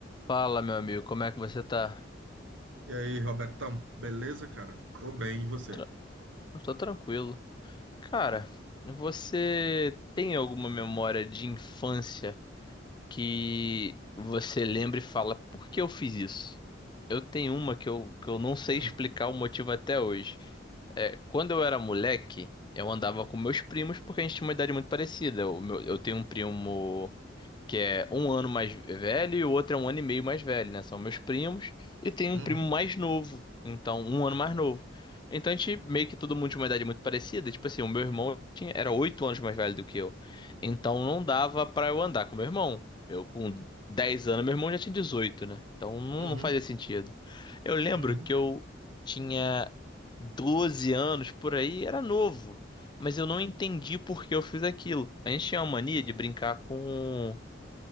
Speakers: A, on the left; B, on the right.
A: Fala, meu amigo, como é que você tá?
B: E aí, Robertão, beleza, cara? Tô bem, e você?
A: Tra- Eu tô tranquilo. Cara, você tem alguma memória de infância que você lembra e fala, por que eu fiz isso? Eu tenho uma que eu, que eu não sei
B: Hum,
A: explicar o motivo até hoje. É, quando eu era moleque, eu andava com meus primos porque a gente tinha uma idade muito parecida. O meu- eu tenho um primo. que é um ano mais velho e o outro é um ano e meio mais velho, né? São meus primos. E tem um
B: Uhum,
A: primo mais novo, então um ano mais novo. Então a gente meio que todo mundo tinha uma idade muito parecida. Tipo assim, o meu irmão tinha, era oito anos mais velho do que eu. Então não dava pra eu andar com meu irmão. Eu com 10 anos, meu irmão já tinha 18, né? Então não,
B: uhum,
A: não fazia sentido. Eu lembro
B: uhum.
A: que eu tinha 12 anos por aí, era novo. Mas eu não entendi por que eu fiz aquilo. A gente tinha uma mania de brincar com